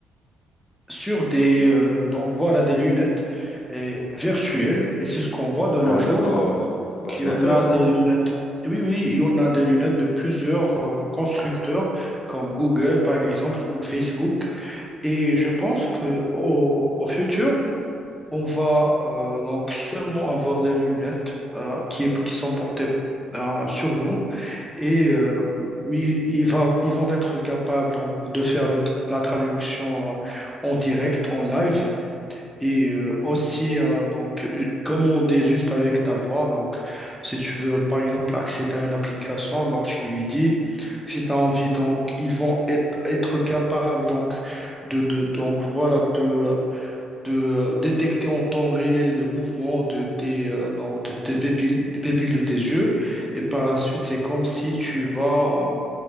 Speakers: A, in the centre; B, on the left (about 70°).
A: sur des, euh, donc voilà, des lunettes euh, virtuelles et c'est ce qu'on voit de
B: Ah,
A: nos jours.
B: d'accord, d'accord,
A: Donc,
B: c'est
A: il y
B: intéressant.
A: en a des lunettes. Oui, oui, il y en a des lunettes de plusieurs euh, constructeurs comme Google par exemple ou Facebook. Et je pense que au, au futur, on va euh, donc seulement avoir des lunettes euh, qui, qui sont portées euh, sur nous et euh, ils, ils va- ils vont être capables donc, de faire de la traduction en direct, en live, et euh, aussi, hein, donc, ju- comme on dit juste avec ta voix, donc, si tu veux, par exemple, accéder à une application, donc, tu lui dis, si tu as envie, donc, ils vont être, être capables, donc, de, de, donc, voilà, de, de euh, détecter en temps réel le mouvement de tes, euh, donc, de tes pupilles, des pupilles de tes yeux. Et par la suite, c'est comme si tu vas, euh,